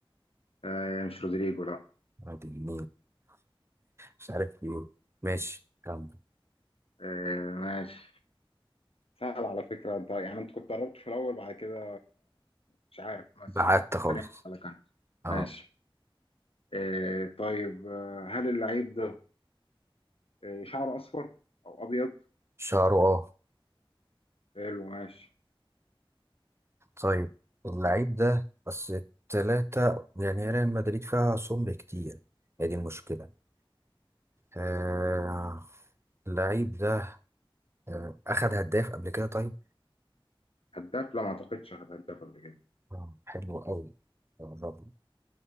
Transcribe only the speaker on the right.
عادي مين مش عارف ايه ماشي كمل
بعدت
خالص
اه
شعره اه
طيب اللعيب ده بس التلاتة يعني هي ريال مدريد فيها سمر كتير هي دي المشكلة آه اللعيب ده آه، أخد هداف قبل كده طيب
آه، حلو أوي قربنا